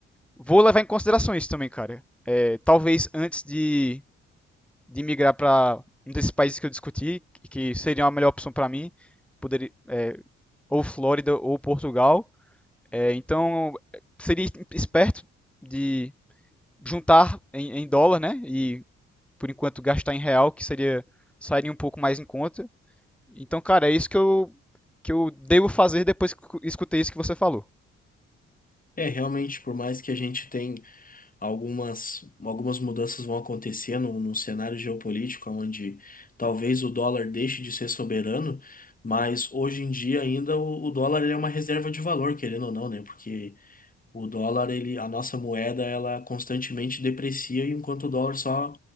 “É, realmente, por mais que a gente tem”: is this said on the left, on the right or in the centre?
Left